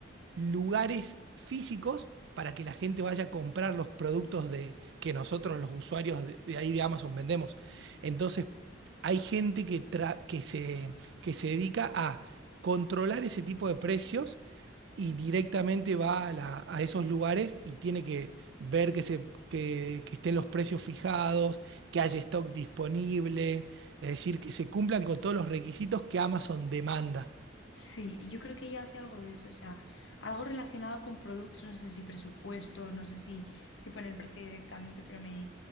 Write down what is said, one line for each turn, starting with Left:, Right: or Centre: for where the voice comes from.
Right: lugares físicos para que la gente vaya a comprar los productos de, que nosotros los usuarios de, de ahí de Amazon vendemos. Entonces, hay gente que, tra- que se, que se dedica a controlar ese tipo de precios y
Left: Mm.
Right: directamente va a, la- a esos lugares y tiene que ver que, se, que, que estén los precios fijados, que haya stock disponible, es decir, que se cumplan con todos los requisitos que Amazon demanda.
Left: Sí, yo creo que ella hace algo de eso, o sea, algo relacionado con productos, no sé si presupuestos, no sé si, si pone el precio directamente, pero me,